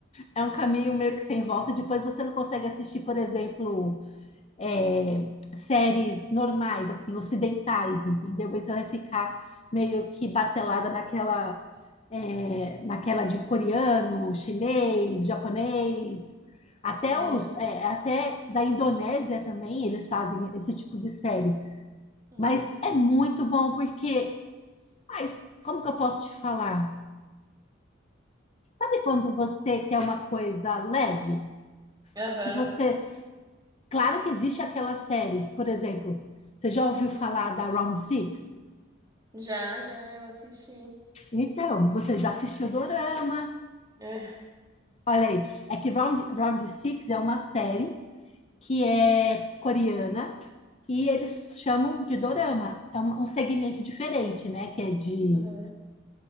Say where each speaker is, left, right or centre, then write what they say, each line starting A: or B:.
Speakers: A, on the left; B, on the right.
A: É um caminho meio que sem volta. Depois você não consegue assistir, por exemplo, é, séries normais, assim, ocidentais, entendeu? Aí você vai ficar meio que batelada naquela, é, naquela de coreano, chinês, japonês. Até
B: Sei.
A: os, é, até da Indonésia também eles fazem esse tipo de série.
B: Uhum.
A: Mas é muito bom porque, mas como que eu posso te falar? Sabe quando você quer uma coisa leve?
B: Aham.
A: Que você, claro que existe aquelas séries, por exemplo, você já ouviu falar da Round Six?
B: Já, já, eu assisti.
A: Então, você já assistiu Dorama?
B: É.
A: Olha aí, é que Round, Round Six é uma série que é coreana e eles chamam de Dorama. É um um segmento diferente, né? Que é de
B: Aham.